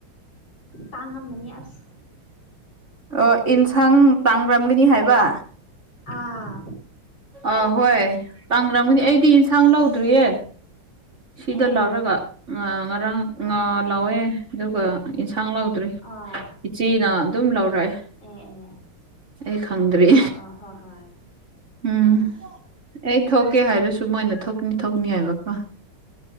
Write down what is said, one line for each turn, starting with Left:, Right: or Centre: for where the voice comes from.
Left: ꯇꯥꯡꯉꯝꯃꯅꯤ ꯑꯁ
Right: ꯑꯣ ꯏꯟꯁꯥꯡ ꯇꯥꯡꯕꯝꯅꯤ ꯍꯥꯏꯕ
Left: ꯑꯥ
Right: ꯑꯍꯣꯏ ꯇꯥꯡꯂꯝꯒꯅꯤ ꯑꯩꯗꯤ ꯏꯟꯁꯥꯡ ꯂꯧꯗ꯭ꯔꯤꯌꯦ꯫ ꯁꯤꯗ
Left: ꯑꯦ
Right: ꯂꯥꯛꯂꯒ ꯉꯥ ꯉꯔꯥꯡ ꯉꯥ
Left: ꯑꯥ ꯑꯥ
Right: ꯂꯧꯋꯦ꯫ ꯑꯗꯨꯒ ꯏꯟꯁꯥꯡ ꯂꯧꯗ꯭ꯔꯦ
Left: ꯑꯥ
Right: ꯏꯆꯦꯅ ꯑꯗꯨꯝ ꯂꯧꯔꯛꯑꯦ꯫
Left: ꯑꯦ ꯑꯦ
Right: ꯑꯩ ꯈꯪꯗ꯭ꯔꯤ
Left: ꯑꯥ ꯑꯥ ꯍꯣꯏ ꯍꯣꯏ
Right: ꯎꯝ ꯑꯩ ꯊꯣꯛꯀꯦ ꯍꯥꯏꯔꯁꯨ ꯃꯣꯏꯅ ꯊꯣꯛꯅꯤ ꯊꯣꯛꯅꯤ ꯍꯥꯏꯕꯀꯣ꯫